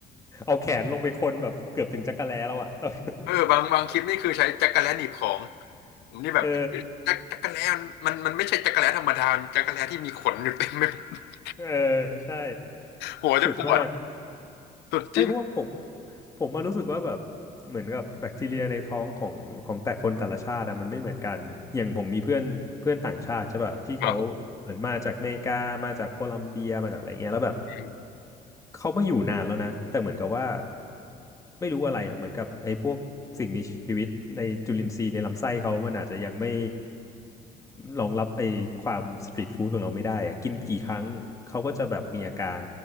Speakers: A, on the left; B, on the left.
A: เอาแขนลงไปคนแบบเกือบถึงจักรแล้แล้วอ่ะเออ
B: เออบางบางคลิปนี่คือใช้จักระแลหนีบของผมนี่แบบ
A: เออ
B: จักจักระแลมันมันมันไม่ใช่จักระแลธรรมดามันจักระแลที่มีขนอยู่เต็มไปหมด
A: เออ ใช่
B: หัวจะปวด
A: สุดมาก
B: สุดจริง
A: ไม่เพราะว่าผม ผมมารู้สึกว่าแบบ เหมือนกับแบคทีเรียในท้องของของแต่คนแต่ละชาติอะมันไม่เหมือนกัน อย่างผมมีเพื่อน เพื่อนต่างชาติใช่ป่ะที่เขาเหมือนมาจากอเมริกามาจากโคลอมเบีย
B: ครับ
A: มาจากอะไรเงี้ยแล้วแบบ
B: อืม
A: เขามาอยู่นานแล้วนะแต่เหมือนกับว่าไม่รู้อะไรอ่ะเหมือนกับไอ้พวกสิ่งมีชีวิตในจุลินทรีย์ในลำไส้เขามันอาจจะยังไม่รองรับไอ้ความสตรีทฟู้ดของเราไม่ได้อ่ะกินกี่ครั้งเขาก็จะแบบมีอาการ